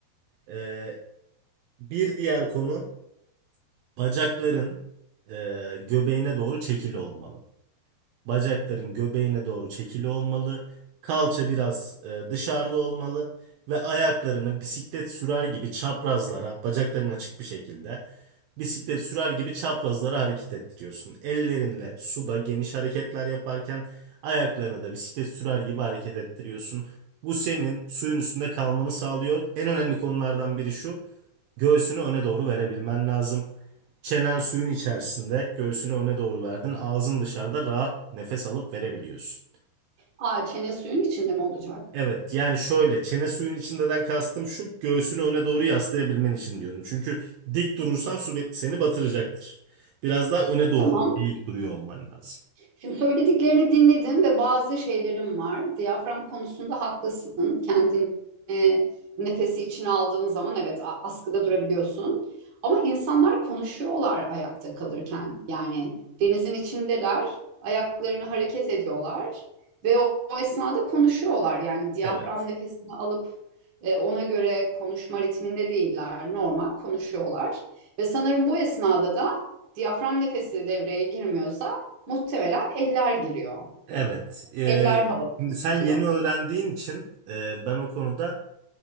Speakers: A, on the right; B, on the right.
A: Ee, bir diğer konu bacakların e, göbeğine doğru çekili olmalı. Bacakların göbeğine doğru çekili olmalı. Kalça biraz e, dışarıda olmalı ve ayaklarını bisiklet sürer gibi çaprazlara, bacakların açık bir şekilde bisiklet sürer gibi çaprazlara hareket ettiriyorsun. Ellerinle suda geniş hareketler yaparken ayaklarını da bisiklet sürer gibi hareket ettiriyorsun. Bu senin suyun üstünde kalmanı sağlıyor. En önemli konulardan biri şu. Göğsünü öne doğru verebilmen lazım. Çenen suyun içerisinde, göğsünü öne doğru verdin. Ağzın dışarıda rahat nefes alıp verebiliyorsun.
B: Aa, çene suyun içinde mi olacak?
A: Evet, yani şöyle çene suyun içindeden kastım şu göğsünü öne doğru yaslayabilmen için diyorum. Çünkü dik durursan su be- seni batıracaktır. Biraz daha öne doğru
B: Tamam.
A: eğik duruyor olman lazım.
B: Şimdi söylediklerini dinledim ve bazı şeylerim var. Diyafram konusunda haklısın. Kendini e, nefesi içine aldığın zaman evet a- askıda durabiliyorsun. Ama insanlar konuşuyorlar ayakta kalırken. Yani denizin içindeler, ayaklarını hareket ediyorlar ve o, o esnada konuşuyorlar. Yani diyafram
A: Evet.
B: nefesini alıp e, ona göre konuşma ritminde değiller. Normal konuşuyorlar. Ve sanırım bu esnada da diyafram nefesi devreye girmiyorsa Muhtemelen eller giriyor.
A: Evet. Ee,
B: Eller havada
A: şimdi sen
B: tutuyor.
A: yeni öğrendiğin için e, ben o konuda